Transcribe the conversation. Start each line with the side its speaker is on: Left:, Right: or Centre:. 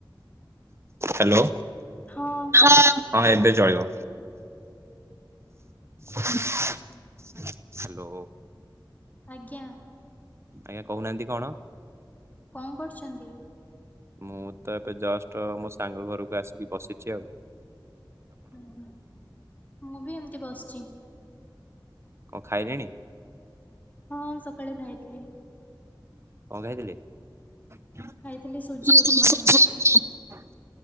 Right: ହ୍ୟାଲୋ
Left: ହଁ
Right: ହଁ ଏବେ ଚଳିବ। ହ୍ୟାଲୋ
Left: ଆଜ୍ଞା
Right: ଆଜ୍ଞା କହୁନାହାନ୍ତି କଣ
Left: କଣ କରୁଛନ୍ତି
Right: ମୁଁ ତ ଏବେ ଜଷ୍ଟ ମୋ ସାଙ୍ଗ ଘରକୁ ଆସିକି ବସିଛି ଆଉ।
Left: ହୁଁ ହୁଁ ମୁଁ ବି ଏମତି ବସିଛି।
Right: କଣ ଖାଇଲେଣି
Left: ହଁ ସକାଳେ ଖାଇଥିଲି
Right: କଣ ଖାଇଥିଲେ <unintelligible>
Left: ଖାଇଥିଲି ସୁଜି ଉପମା।